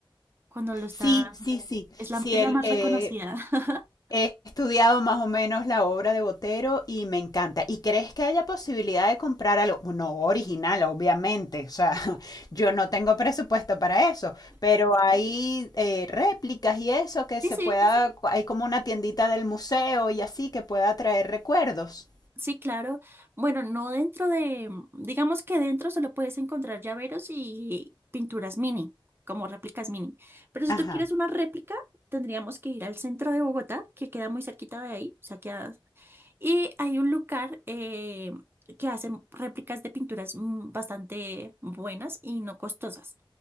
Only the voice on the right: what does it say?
cuando lo está,
es la,
es
la más
reconocida. <laughs>
Sí,
sí,
sí, claro. Bueno, no dentro de, digamos que dentro solo puedes encontrar llaveros y pinturas mini, como réplicas mini. Pero si
tú quieres una réplica, tendríamos que ir al centro de Bogotá, que queda muy cerquita de ahí, o sea, queda... Y hay un lugar eh, que hacen réplicas de pinturas mm, bastante buenas y no costosas.